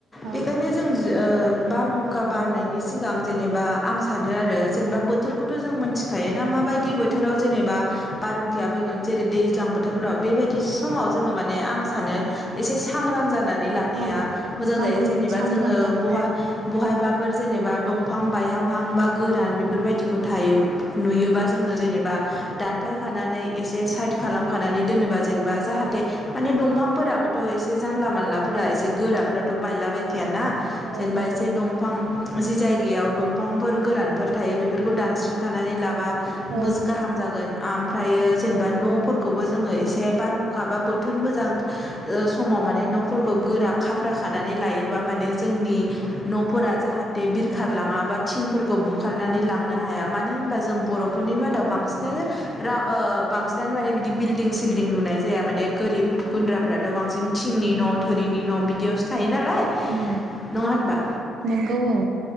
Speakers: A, on the right; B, on the left.
A: औ
B: बेखायनो जों ओ बारहुंखा बारनायनि सिगां जेनेबा आं सानो आरो जेनेबा बोथोरखौथ' जों मिनथि खायोना माबायदि बोथोराव जेनेबा बारहुंखाया फैगोन जेरै दैज्लां बोथोरफोराव बेबायदि समाव जोङो माने आं सानो एसे सांग्रां जानानै लानाया
A: औ
B: मोजां
A: गाव
B: जायो
A: गावनि
B: जेनेबा
A: सांग्रां
B: जोङो
A: आरो
B: बहाय बहायबाफोर फोर जेनेबा दंफां बायहांहां बा गोरान बेफोरबायदिखौ थायो। नुयोबा जोङो जेनेबा दानफायखानानै एसे साइद खालामखानानै दोनोबा जेनेबा। जाहाथे माने दंफांफोराबोथ' एसे जानला मानलाफोरा एसे गोराफोराथ' बायलाबायखायाना।
A: औ
B: जेनबा एसे दंफां जि जायगायाव दं फांफोर गोरानफोर थायो बेफोरखौ दानस्रिंखानानै लाब बा
A: औ
B: मोज- गाहाम जागोन आमफ्रायो जेनबा न' फोरखौबो जोङो एसे बारहुं खा बा बोथोर मोजां ओ- समाव माने न'फोरखौ गोरा खाफ्रा खानानै लायोबा माने जोंनि न'फोरा जाहाथे बिरखारलाङा बा थिंफोरखौ बुखारनानै लांनो हाया। मानो होनबा जों बर'फोरनि मादाव, बांसिनानो रा-ओ-बांसिनानो माने बिदि बिलडिं सिंलडि लुनाय जाया माने गोरिब गुन्द्राफ्राथ' बांसिन थिंनि न' थोरिनि न' बिदियाव सो थायो नालाय
A: उम
B: नङा होनबा?
A: नंगौ औ